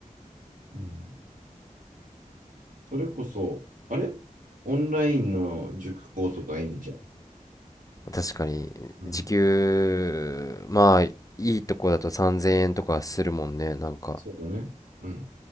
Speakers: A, on the right; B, on the left.
A: うんそれこそ、あれオンラインの塾講とかいいんじゃん。
B: 確かに、
A: うん。
B: 時給、まあ、いいとこだと3000円とかするもんね、なんか。
A: そうだね。うん。